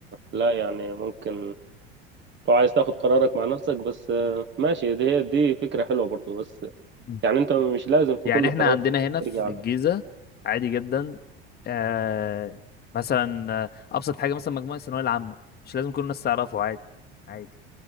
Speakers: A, on the right (about 40°); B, on the left (about 30°).
A: لا يعني ممكن لو عايز تاخد قرارك مع نفسك بس آه، ماشي دي هي دي فكرة حلوة برضو بس
B: مم.
A: يعني انت مش لازم في
B: يعني
A: كل
B: احنا
A: قرار
B: عندنا هنا
A: ترجع
B: في
A: على
B: الجيزه عادي جدا آه مثلا آه، ابسط حاجه مثلا مجموعه الثانويه العامه مش لازم كل الناس تعرفه عادي عادي